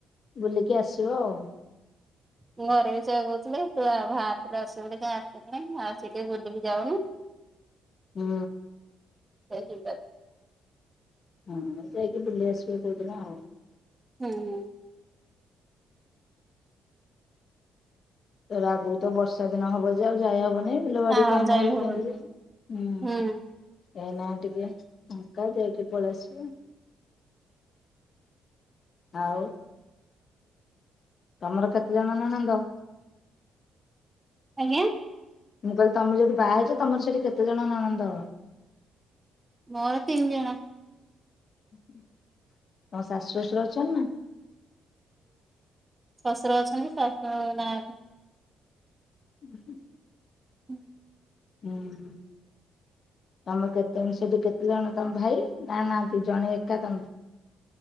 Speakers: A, on the left; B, on the right.
A: ବୁଲିକି ଆସିବ ଆଉ।
B: ମୁଁ ଘରେ ବି ସେଇଆ କହୁଥିଲେ ତୁ ଆଉ ଭାତ ଆସିବୁ ବୋଲି କାଇଁ ଆସିଲୁ। ଆସିକି ଟିକେ ବୁଲିକି ଯାଉନୁ
A: ହୁଁ
B: ଦେଖିବା।
A: ହଁ ଯାଇକି ବୁଲି ଆସିବ କଉଦିନ ଆଉ
B: ହୁଁ ହୁଁ
A: ତାପରେ ତ ଆଗକୁ ବର୍ଷା ଦିନ ହବ ଯେ ଆଉ ଯାଇ ହବନି। ବିଲବାଡି
B: ଆଉ
A: କାମ
B: ଯାଇ
A: ହେଲେ
B: ହବନି
A: କେମତି ହୁଁ
B: ହୁଁ।
A: ଏଇନା ଟିକେ। ଫାଙ୍କା ଯାଇକି ପଳେଇ ଆସିବ। ଆଉ ତମର କେତେ ଜଣ ନଣନ୍ଦ?
B: ଆଜ୍ଞା
A: ମୁଁ କହିଲି ତମେ ଯୋଠି ବାହା ହେଇଛ ତମର ସେଠି କେତେ ଜଣ ନଣନ୍ଦ?
B: ମୋର ତିନି ଜଣ।
A: ତୋମ ଶାଶୁ ଶଶୁର ଅଛନ୍ତି ନା?
B: ଶଶୁର ଅଛନ୍ତି ଶାଶୁ ନାହାନ୍ତି।
A: ହୁଁ ହୁଁ
B: ହୁଁ
A: ହୁଁ ତମ କେତେ ସେଠି କେତେ ଜଣ ତମ ଭାଇ ନା ନାହାନ୍ତି ଜଣେ ଏକା ତମେ।